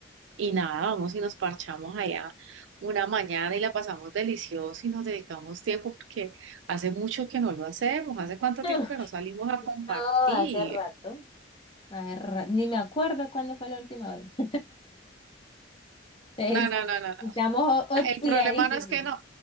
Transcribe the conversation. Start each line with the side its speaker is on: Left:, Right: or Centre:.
Right: y nada, vamos y nos parchamos allá una mañana y la pasamos delicioso y nos dedicamos tiempo porque hace mucho que no lo hacemos, hace cuánto
Left: <laughs>
Right: tiempo que no salimos a compartir.
Left: No, hace rato. hace ra- Ni me acuerdo cuándo fue la última vez. <laughs> Entonces,
Right: No, no, no, no,
Left: estamos
Right: sea,
Left: o- oxidadísimas.
Right: el problema no es que no,